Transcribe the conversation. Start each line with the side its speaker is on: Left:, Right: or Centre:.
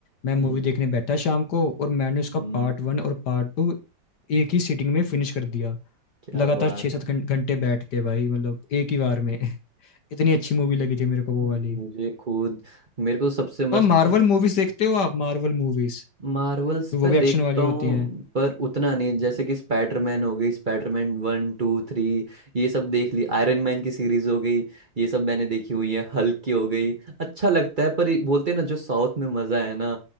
Left: मैं मूवी
Right: हम्म,
Left: देखने बैठा शाम को और मैंने उसका
Right: हम्म,
Left: पार्ट वन और पार्ट टू एक ही सिटिंग में फिनिश कर दिया
Right: क्या
Left: लगातार
Right: बात
Left: छः सात
Right: है
Left: घं- घंटे बैठ के भाई मतलब एक ही बार में <laughs> इतनी अच्छी मूवी लगी थी मेरे को वो
Right: मुझे
Left: वाली
Right: खुद मेरे को सबसे मस्त
Left: और मार्वल
Right: तो
Left: मूवीज देखते हो आप मार्वल मूवीज
Right: मार्वल्स मैं
Left: वो भी
Right: देखता
Left: एक्शन वाली
Right: हूँ
Left: होती हैं।
Right: पर उतना नहीं जैसे कि स्पाइडरमैन हो गई स्पाइडरमैन वन टू थ्री ये सब देख ली आयरन मैन की सीरीज हो गई ये सब मैंने देखी हुई है हल्क की हो गई अच्छा लगता है पर ये बोलते हैं ना जो साउथ में मज़ा है ना